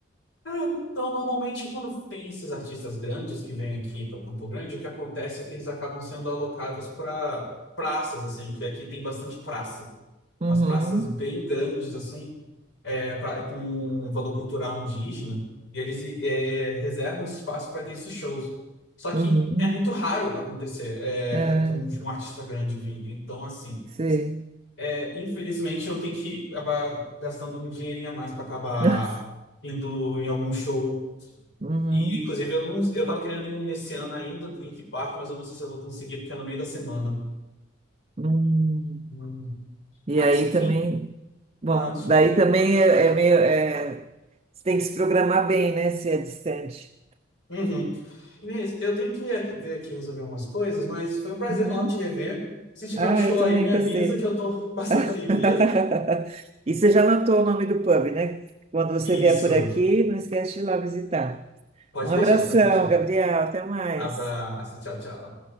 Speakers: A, on the left; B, on the right.
A: ah, então, normalmente, quando tem esses artistas grandes que vêm aqui para Campo Grande, o que acontece é que eles acabam sendo alocados para praças, assim, que aqui tem bastante praça,
B: Uhum.
A: umas praças bem grandes, assim. é, pra- é com um valor cultural indígena, e eles é, reservam esse espaço para ter esses shows. Só que
B: Uhum.
A: é muito raro acontecer é,
B: É,
A: é, ter um, um artista grande vindo. Então, assim,
B: sei.
A: é, infelizmente eu tenho que acabar gastando um dinheirinho a mais para acabar
B: <laughs>
A: indo em algum show.
B: Uhum.
A: E, inclusive, eu não, eu tava querendo ir um nesse ano ainda do Link Park, mas eu não sei se eu vou conseguir, porque é no meio da semana.
B: hum
A: Uhum.
B: E
A: Mas,
B: aí
A: enfim,
B: também, bom,
A: ah, desculpa,
B: daí também
A: pode.
B: é, é meio, é, você tem que se programar bem, né, se é distante.
A: Uhum. Inês, eu tenho que ir- ver aqui resolver umas coisas, mas foi um prazer
B: Uhum.
A: enorme te rever. Se tiver
B: Ah,
A: um show
B: eu também
A: aí, me avisa
B: gostei.
A: que eu tô <laughs> passando
B: <laughs>
A: aí, beleza?
B: E você já anotou o nome do pub, né? Quando você
A: Isso.
B: vier por aqui, não esquece de ir lá visitar.
A: Pode
B: Um
A: deixar,
B: abração,
A: pode deixar.
B: Gabriel, até mais.
A: Abraço, tchau, tchau.